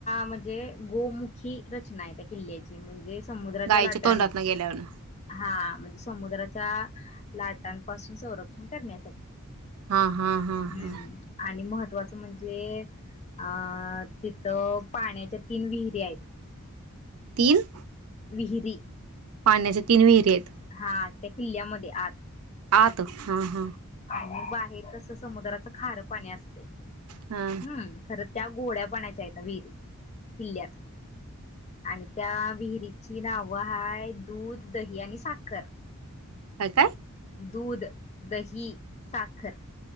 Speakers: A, on the left; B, on the right.
A: म्हणजे गोमुखी रचना आहे. त्या किल्ल्याची म्हणजे समुद्राच्या
B: गायच्या
A: लाट
B: तोंडात न गेल्यावर
A: हा. म्हणजे समुद्राच्या लाटांपासून संरक्षण करण्यासाठी.
B: हा हा हा
A: हम्म
B: हा
A: आणि मह महत्वाचं म्हणजे अं तिथं पाण्याच्या तीन विहिरी आहेत.
B: तीन.
A: विहिरी.
B: पाण्याच्या तीन विहिरी आहेत.
A: हा त्या किल्ल्यामध्ये आत.
B: आ तो हा हा.
A: आणि बाहेर कस समुद्राच खार पाणी असते.
B: हा
A: हम्म खरंच. त्या गोड्या पाण्याच्या आहेता विहिरी किल्ल्यात आणि त्या विहिरीची नावं ह दूध, दही आणि साखर.
B: अच्छा.
A: दूध, दही, साखर.